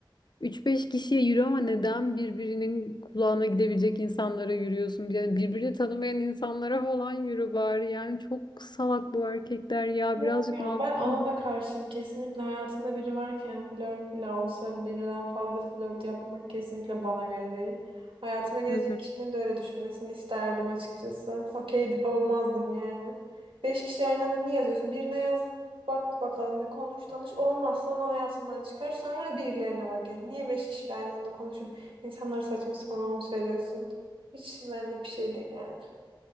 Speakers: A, on the left; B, on the right.
A: Üç beş kişiye yürü ama neden birbirinin kulağına gidebilecek insanlara yürüyorsun? Yani birbirini tanımayan insanlara falan yürü bari. Yani çok salak bu erkekler ya.
B: Yok
A: Birazcık
B: ya
A: mantıklı.
B: ben ona da karşıyım. Kesinlikle hayatında biri varken flört bile olsa birden fazla flört yapmak kesinlikle bana göre değil. Hayatıma girecek
A: Hı hı.
B: kişinin de öyle düşünmesini isterdim açıkçası. Okey olmazdım yani. Beş kişi aynı anda niye yazıyorsun? Birine yaz bak bakalım bir konuş tanış olmazsa onu hayatından çıkar sonra birilerine bak yani. Niye beş kişiyle aynı anda konuşup insanlara saçma sapan umut veriyorsun? Hiç benlik bir şey değil yani.